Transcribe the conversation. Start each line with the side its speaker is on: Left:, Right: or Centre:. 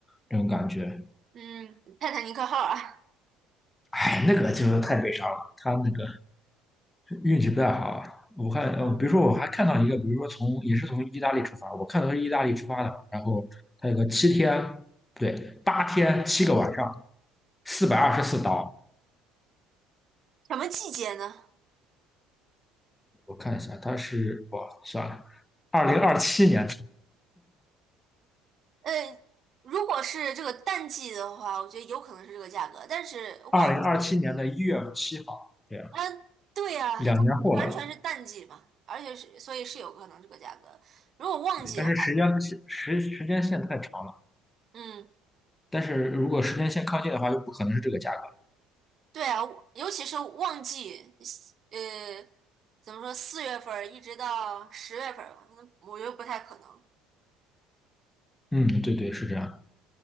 Left: 这种感觉。
Right: 嗯，泰坦尼克号啊。
Left: 哎，那个就是太悲伤了，它那个。运气不太好啊。我看，
Right: 嗯，
Left: 呃，比如说我还看到一个，比如说从也是从意大利出发，我看到是意大利出发的，然后它有个七天，不对，八天七个晚上，四百二十四刀。
Right: 什么季节呢？
Left: 我看一下，它是哇，算了，二零二七年，
Right: 呃，如果是这个淡季的话，我觉得有可能是这个价格，但是旺季，
Left: 二零二七年的一月七号，对啊，
Right: 嗯，对呀，
Left: 两年后了。
Right: 它完全是淡季嘛，而且是所以是有可能这个价格。如果旺季的话，
Left: 对，但是时间时时间线太长了，
Right: 嗯。
Left: 但是如果时间线靠近的话，就不可能是这个价格。
Right: 对啊，我尤其是旺季，呃，怎么说，四月份儿一直到十月份儿吧，嗯我觉得不太可能。
Left: 嗯，对对，是这样的。